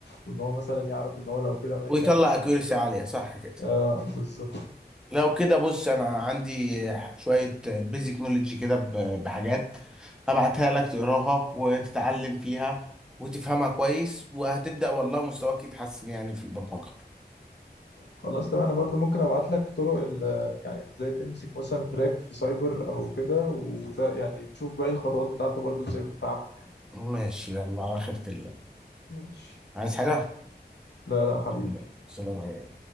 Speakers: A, on the left (about 80°); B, in the centre.
A: وان هو مثلا يعرف ان هو لو كده ما-
B: ويطلع
A: يعني
B: اكيورسي عاليه صح كده
A: اه بالظبط
B: لو كده بص انا عندي شويه بيزك نولج كده ب- بحاجات ابعتها لك تقراها وتتعلم فيها وتفهمها كويس وهتبدا والله مستواك يتحسن يعني في البرمجه
A: خلاص تمام انا برضو ممكن ابعت لك طرق ال- يعني ازاي تمسك مثلا تراك في سايبر او كده وده يعني تشوف باقي الخطوات بتاعته برضو ازاي بتتعمل يعني
B: ماشي يلا على خيرة الله
A: ماشي
B: عايز حاجه
A: لا لا حبيبي
B: لا، سلام عليكم